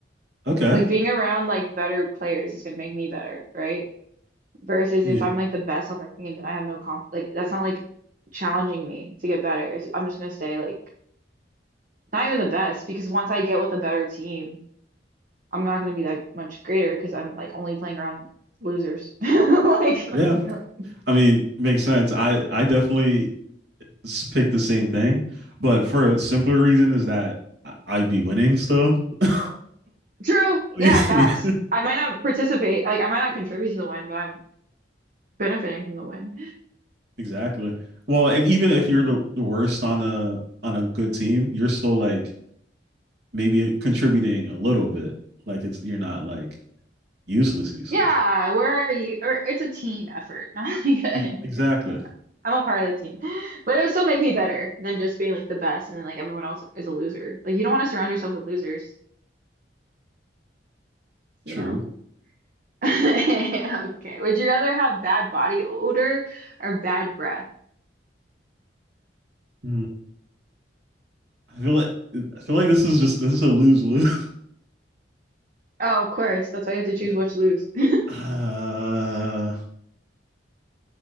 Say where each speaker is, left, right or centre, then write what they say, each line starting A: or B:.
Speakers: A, on the right; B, on the right.
A: okay.
B: Like being around like better players is gonna make me better, right? Versus
A: Yeah.
B: if I'm like the best on the team, then I have no comp like that's not like challenging me to get better. It's- I'm just gonna stay like not even the best because once I get with a better team, I'm not gonna be that much greater because I'm like only playing around losers. <laughs> Like, like
A: Yeah.
B: like-
A: I mean, makes sense. I I definitely s- picked the same thing, but for a simpler reason is that I- I'd be winning still. <laughs>
B: true.
A: Yeah,
B: Yeah, facts. I might not participate, like I might not contribute to the win, but I'm benefiting from the win.
A: exactly. Well, and even if
B: Okay.
A: you're the, the worst on a on a good team, you're still like maybe contributing a little bit. Like it's you're not like useless, useless.
B: Yeah, where are you? Or it's a team effort, <laughs> not like a
A: E- Exactly.
B: I'm a part of the team. <laughs> But it would still make me better than just being like the best and then like everyone else is a loser. Like you don't want to surround yourself with losers,
A: True.
B: you know. <laughs> Okay. Would you rather have bad body odor or bad breath?
A: Hmm. I feel like I feel like this is just this is a lose lose.
B: Oh, of course. That's
A: <laughs>
B: why you have to choose
A: yeah.
B: which lose. <laughs>
A: Uh,